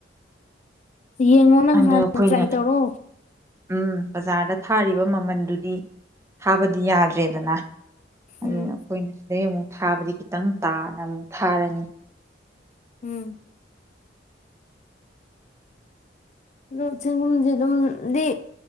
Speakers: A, on the left; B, on the right.
A: ꯌꯦꯡꯉꯣ ꯅꯪ
B: ꯑꯗꯨ
A: ꯍꯥꯟꯅ
B: ꯑꯩꯈꯣꯏꯅ
A: ꯇ꯭ꯔꯥꯏ ꯇꯧꯔꯣ
B: ꯎꯝ ꯕꯖꯥꯔꯗ ꯊꯥꯔꯤꯕ ꯃꯃꯜ ꯃꯝꯟꯗꯨꯗꯤ ꯊꯥꯕꯗꯤ ꯌꯥꯗ꯭ꯔꯦꯗꯅ ꯑꯗꯨꯅ
A: ꯎꯝ
B: ꯑꯩꯈꯣꯌꯅꯥ ꯑꯗꯩ ꯑꯃꯨꯛ ꯊꯥꯕꯗꯤ ꯈꯤꯇꯪ ꯇꯥꯅ ꯑꯃꯨꯛ ꯊꯥꯔꯅꯤ
A: ꯎꯝ ꯂꯨꯞ ꯆꯦꯡꯒꯨꯝꯗꯤ ꯑꯗꯨꯝꯗꯤ